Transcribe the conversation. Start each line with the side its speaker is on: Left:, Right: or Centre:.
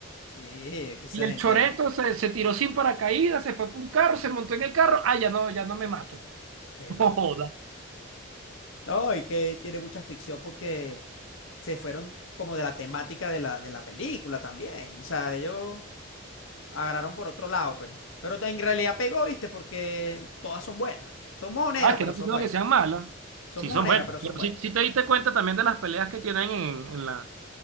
Left: Sí, esa
Right: Y el
Left: gente,
Right: choreto se, se tiró sin paracaídas, se fue por un carro, se montó en el carro. Ah, ya no, ya no me mato.
Left: qué
Right: <laughs>
Left: loco.
Right: No joda.
Left: No, y que tiene mucha ficción porque se fueron como de la temática de la, de la película también. O sea, ellos agarraron por otro lado, pues. Pero en realidad pegó, ¿viste? Porque todas son buenas. Son mojoneras,
Right: Ah, que
Left: pero
Right: no
Left: son
Right: te digo
Left: buenas.
Right: que sean malas.
Left: Son
Right: Sí,
Left: mojoneras,
Right: son buenas.
Left: pero son
Right: Pero
Left: buenas.
Right: si, si te diste cuenta también de las peleas que tienen en, en la,